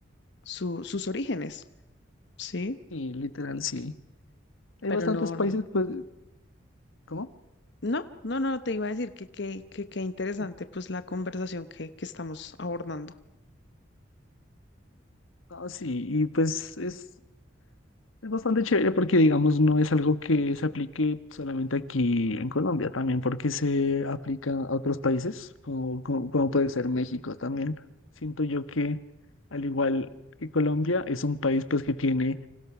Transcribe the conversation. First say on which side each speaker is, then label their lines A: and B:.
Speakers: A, on the left; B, on the left.
A: su- sus orígenes, ¿sí?
B: Y literal, sí. Hay
A: Pero
B: bastantes
A: no,
B: países,
A: no.
B: pues, ¿cómo?
A: No, no, no, te iba a decir que qué que, que qué interesante
B: Ujú.
A: pues la conversación que, que estamos abordando.
B: ah sí, y pues es, Es bastante chévere porque, digamos, no es algo que se aplique solamente aquí en Colombia, también porque se aplica a otros países, como, como, como puede ser México también. Siento yo que, al igual que Colombia, es un país pues que tiene